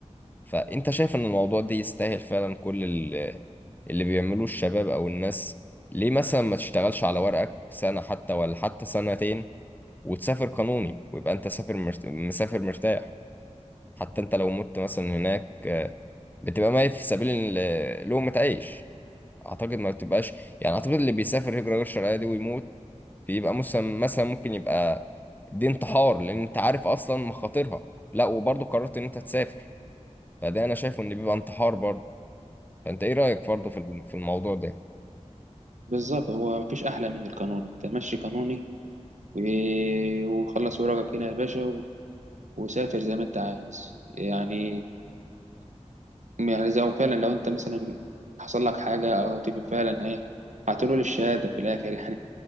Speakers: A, on the left; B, on the right.
A: فانت شايف ان الموضوع ده يستاهل فعلا كل ال- اللي بيعملوه الشباب او الناس ليه مثلا ما تشتغلش على ورقك سنه حتى ولا حتى سنتين وتسافر قانوني ويبقى انت سافر مرت... مسافر مرتاح حتى انت لو مت مثلا هناك آه، بتبقى ميت في سبيل ال- لقمة عيش اعتقد ما بتبقاش يعني اعتقد اللي بيسافر هجرة غير شرعية دي ويموت بيبقى مثلا مثلا ممكن يبقى دي انتحار لان انت عارف اصلا مخاطرها لا وبرضه قررت ان انت تسافر فده انا شايفه ان بيبقى انتحار برضه فانت ايه رأيك برضه في ال- في الموضوع ده
B: بالظبط هو مفيش أحلى من القانون أنت مشي قانوني و- وخلص ورقك هنا يا باشا و- وسافر زي ما أنت عايز يعني يعني زي هو فعلا لو انت مثلا حصل لك حاجه او تبقى فعلا ايه هتنول الشهاده في الاخر يعني